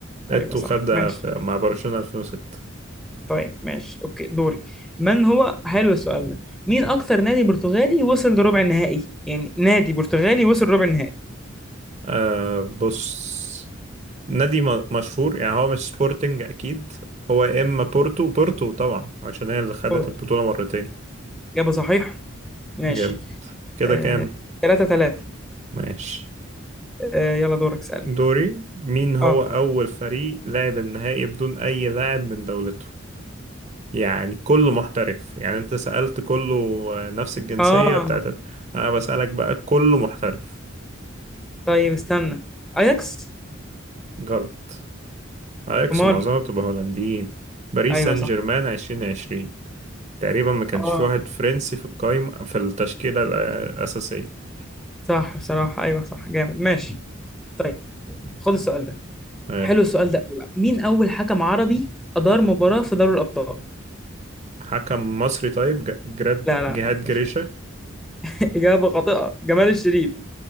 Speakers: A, on the right (about 35°); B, in the centre.
A: إتو
B: أيوة صح
A: خدها
B: ماشي
A: في مع برشلونة 2006
B: طيب ماشي أوكي دوري من هو حلو السؤال ده مين أكثر نادي برتغالي وصل لربع النهائي يعني نادي برتغالي وصل ربع النهائي
A: آه بص نادي م- مشهور يعني هو مش سبورتنج أكيد هو يا إما بورتو بورتو طبعا عشان هي اللي خدت
B: اه
A: البطولة مرتين
B: إجابة صحيحة ماشي
A: جامد كده
B: آه،
A: كام
B: تلاتة تلاتة
A: ماشي
B: آه، يلا دورك اسألني
A: دوري مين هو
B: اه
A: أول فريق لعب النهائي بدون أي لاعب من دولته يعني كله محترف يعني أنت سألت كله نفس الجنسية
B: اه
A: بتاعت أنا بسألك بقى كله محترف
B: طيب استنى اياكس
A: غلط أياكس
B: امال
A: معظمها بتبقى هولنديين باريس
B: ايوه
A: سان
B: صح
A: جيرمان عشرين عشرين تقريبا ما كانش
B: اه
A: في واحد فرنسي في القايمة في التشكيلة الأساسية
B: صح بصراحة ايوه صح جامد ماشي طيب خد السؤال ده
A: آه،
B: حلو السؤال ده أوي بقى. مين اول حكم عربي ادار مباراة في دوري الابطال
A: حكم مصري طيب ج- جراد
B: لا لا
A: جهاد
B: لا
A: جريشة
B: مش مصر <laughs> اجابة خاطئة جمال الشريف